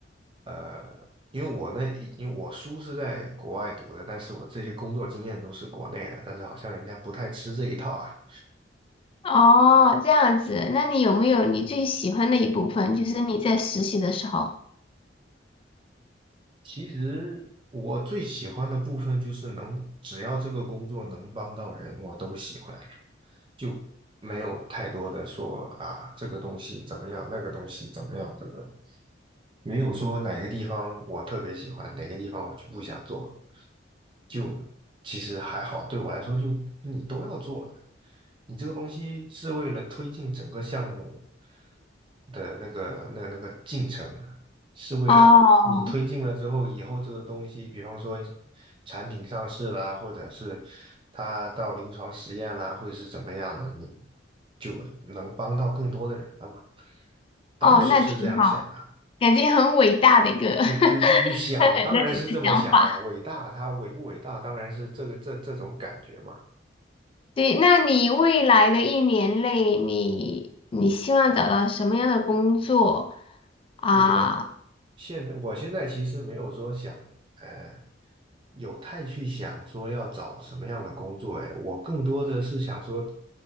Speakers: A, on the right; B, on the left.
A: 呃，因为我那因为我书是在国外读的，但是我这些工作经验都是国内的，但是好像人家不太吃这一套啊。
B: 哦，这样子，那你有没有你最喜欢的一部分？就是你在实习的时候。
A: 其实我最喜欢的部分就是能，只要这个工作能帮到人，我都喜欢，就没有太多的说啊这个东西怎么样，那个东西怎么样这个。没有说哪个地方我特别喜欢，哪个地方我就不想做，就其实还好，对我来说就你都要做的，你这个东西是为了推进整个项目的那个那个那个进程，是为了你推进了之后，
B: 哦，
A: 以后这个东西，比方说产品上市啦，或者是它到临床实验啦，会是怎么样的，你就能帮到更多的人了嘛。当时是这样想的。
B: 哦，那挺好的，感觉很伟大的一个 <laughs>
A: 就就就就想，
B: 很那你的想法。
A: 当然是这么想啦。伟大，它伟不伟大，当然是这个这这种感觉嘛。
B: 对，那你未来的一年内，你你希望找到什么样的工作啊？
A: 我现在我现在其实没有说想，呃，有太去想说要找什么样的工作。哎，我更多的是想说，